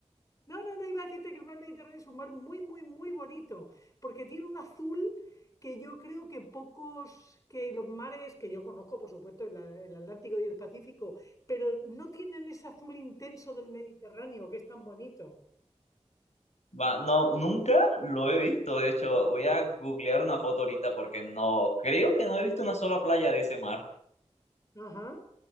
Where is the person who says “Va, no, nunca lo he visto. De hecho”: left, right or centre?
Left